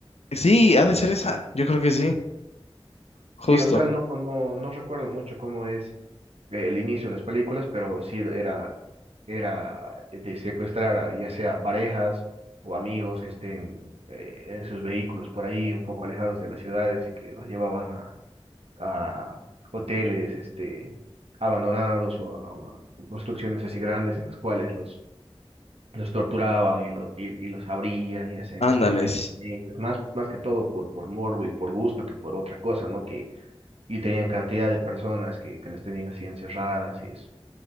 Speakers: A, on the left (about 85°); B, on the right (about 75°).
A: Sí, ha de ser esa, yo creo que sí, justo.
B: Sí, Hostal no, no, no recuerdo mucho cómo es eh, el inicio de las películas, pero sí era, era de secuestrar a, ya sea parejas o amigos que estén eh, en sus vehículos por ahí, un poco alejados de las ciudades y que los llevaban a a hoteles este, abandonados o a, o a o construcciones así grandes en las cuales los, los torturaban y, lo- y, y los abrían y hacían
A: Ándales.
B: experimentos con ellos, más, más que todo por, por morbo y por gusto que por otra cosa, ¿no? Que, y tenían cantidad de personas que, que las tenían así encerradas y eso.